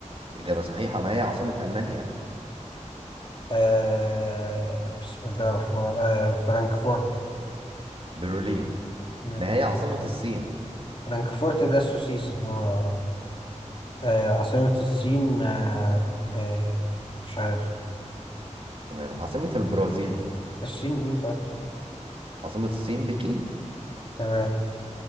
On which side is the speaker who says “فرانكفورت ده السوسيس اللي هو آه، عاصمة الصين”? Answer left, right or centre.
Left